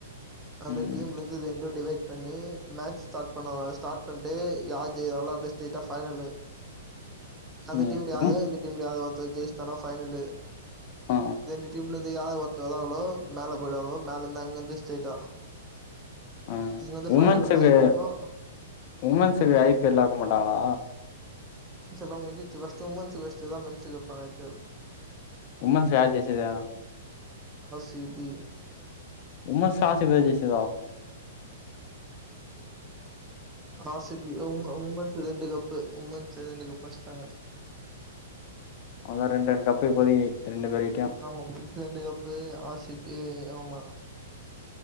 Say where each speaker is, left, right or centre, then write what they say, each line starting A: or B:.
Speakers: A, on the right; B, on the left.
A: அந்த
B: ம்
A: டீம்ல இருந்துது ரண்டு டிவை பண்ணி மேட்ச் ஸ்டார்ட் பண்ணுவாங்க ஸ்டார்ட் பண்ணிட்டு யார் ஜெய்றாங்ளோ அப்டியே ஸ்ட்ரைட்டா ஃபைனலு அந்த
B: ம்
A: டீம்லயாவது
B: ம் உம்,
A: இந்த டீம்லயாவ அது ஜெஷ் தன ஃபைனலு
B: ஆ
A: ஏழு டீம் உள்ளவந் யாராவது ஒருத்தர்தாரனு மேல போயிடுவாங்கோ மேல இருந்து அங்க இருந்து ஸ்ட்டைட்டா
B: ஆ
A: இங்க வந்து
B: உமன்ஸுக்கு
A: ஃபைனல் மேச் நடக்கு
B: உமன்ஸுக்கு ஐ பி எல் ஆக்க மாட்டாங்களா
A: <unintelligible> லா முடிச்சுப் ஃபஸ்ட் டூ மன்த் சதா மச்சுேப்பாங்க பெரு
B: உமன்ஸ் யார் ஜெய்சகரா
A: அ சி பி
B: உமன்ஸ்ல ஆர் சி பி தா ஜெய்ச்சிர்காங்க
A: ஆ சி ப உ உமன் சது ரெண்டு கப்பு உமன்ஸ் ரெண்டு கப்பு அடிச்சுட்டாங்க
B: அதா ரெண்டு ரெண்டு கப்பு இப்போதைக்கு ரெண்டு பேர்கிட்டயு
A: ஆமா மிச்ச ரண்டு கப்பு ஆ சி பி ஆமா